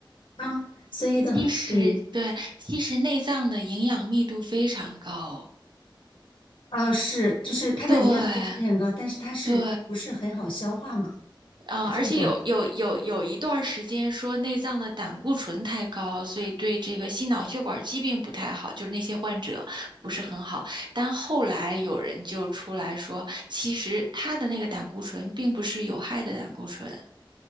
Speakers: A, on the left; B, on the right.
A: 啊。所以的，
B: 其实对，
A: 对，
B: 其实内脏的营养密度非常高。
A: 啊，是，就是它的营养密度是非常高，
B: 对
A: 但是它是不是很好消化嘛？
B: 对嗯，
A: 是这种
B: 而且有有有有一段儿时间说内脏的胆固醇太高，所以对这个心脑血管疾病不太好，就是那些患者不是很好。但后来有人就出来说，其实他的那个胆固醇并不是有害的胆固醇，